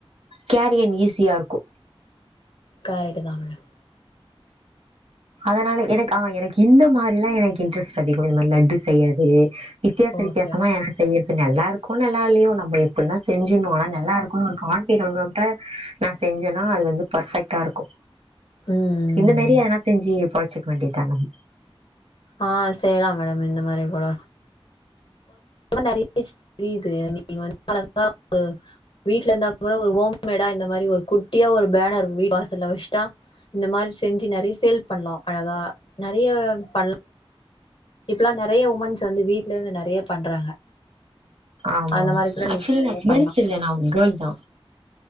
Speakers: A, on the right; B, on the left.
A: கேரியன் ஈஸியா இருக்கு
B: கரெட்டு தா மேடம்
A: அதனால எனக்கு ஆ எனக்கு இந்த மாறிலா எனக்கு இன்ட்ரெஸ்ட் அதிகோ இந்த மாறி லட்டு செய்யறது வித்தியாச
B: ஓகே
A: வித்தியாசமா என செய்யறத்து நல்லாருக்கோ நல்லா இல்லயோ நம்ம எப்புன்னா செஞ்சிட்ணு ஆனா நல்லா இருக்குனு ஒரு காண்டீரிட்டா நா செஞ்சோன்னா அது வந்து பர்ஃபெக்டா இருக்கு
B: ம்
A: இந்த மாரி ஏதனா செஞ்சு பொழைச்சிக்க வேண்டியத நம்
B: ஆ செய்யலா மேடம் இந்த மாரி கூட இந்த மாரி நெறைய <unintelligible> தெரியுது <unintelligible> நீங்க வந்து பழங்கா ஒரு வீட்டுல இருந்தாங்க கூட ஒரு ஹோம்மேடா இந்த மாரி ஒரு குட்டியா ஒரு பேனர் வீ வாசல வச்சிட்டா இந்த மாரி செஞ்சு நெறைய சேல் பண்ணலா அழகா நெறைய பண் இப்பல்லா நெறைய உமன்ஸ் வந்து வீட்ல இருந்து நெறையப் பண்றாங்க
A: ஆமா
B: அந்த மாரி கூட
A: ஆக்சுலி
B: நீங்க நெறைய
A: நா உமன்ஸ்
B: பண்லா
A: இல்ல நா கேர்ள்தா